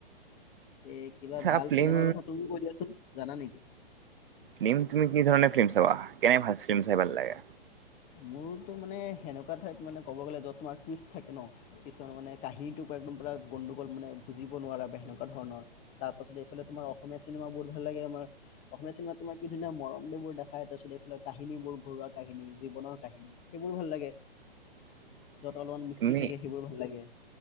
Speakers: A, on the left (about 25°); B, on the right (about 65°).
A: এ কিবা
B: আচ্ছা
A: ভাল
B: ফিল্ম
A: চিনেমাৰ কথা তুমিও কৈ দিয়াচোন জানা নেকি
B: ফিল্ম তুমি কি ধৰণে ফিল্ম চাবা কেনে ভাল ফিল্ম চাই ভাল লাগে
A: মোৰতো মানে সেনেকুৱা ঠাইত মানে ক'ব গ'লে য'ত তোমাৰ টুইষ্ট থাকে ন কিছুমান মানে কাহিনীটো একদম পৰা গণ্ডগল মানে বুজিব নোৱাৰা বা হেনকা ধৰণৰ তাৰ পাছত এইফালে তোমাৰ অসমীয়া চিনেমা বহুত ভাল লাগে লে আমাৰ <unintelligible> অসমীয়া চিনেমাত তোমাৰ কি ধুনীয়া মৰম এইবোৰ দেখাই তাৰপিছত এইফালে কাহিনীবোৰ ঘৰুৱা কাহিনী, জীৱনৰ কাহিনী সেইবোৰ বেছি ভাল লাগে
B: <inaudible>
A: য'ত অলপমান মিস্ত্ৰী
B: তুমি
A: থাকে সেইবোৰ ভাল লাগে